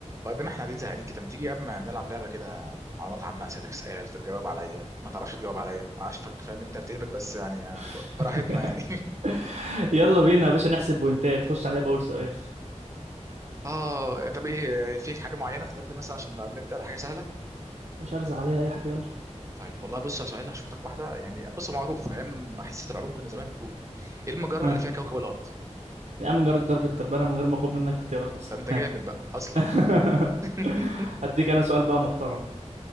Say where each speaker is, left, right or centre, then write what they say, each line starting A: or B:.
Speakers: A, on the right; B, on the right.
A: بعد ما احنا قاعدين زهقانين كده ما تيجي يا اما نلعب لعبه كده معلومات عامه اسالك سؤال تجاوب عليا ما تعرفش تجاوب عليا عارفك فاهم انت بتهبط بس يعني
B: <laughs>
A: براحتنا يعني
B: يلا بينا يا باشا نحسب بوينتات خش عليا بأول سؤال
A: <laughs> اه طب ايه في حاجه معينه بتحب مثلا عشان نبدا بحاجه سهله
B: مش هرزع عليا أي حاجة يلا
A: طيب والله بص يا سؤال هشوفك واحده يعني بص هو معروف في ايام حصه العلوم كنا زمان بنقوله ايه المجره
B: ها
A: اللي فيها كوكب الارض
B: يا عم جرد ضرب التبانة من غير ما أخد منك اختيارات أصلا
A: ده انت جامد
B: ها
A: بقى اصلا
B: <laughs>
A: <laughs>
B: هديك أنا سؤال بقى محترم